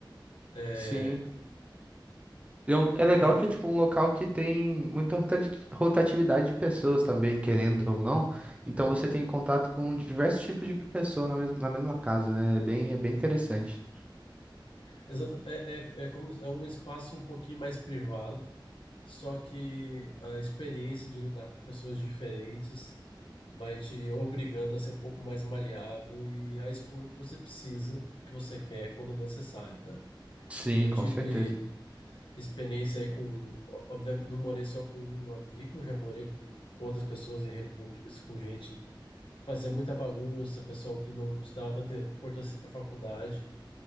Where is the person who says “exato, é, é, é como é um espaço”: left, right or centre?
Left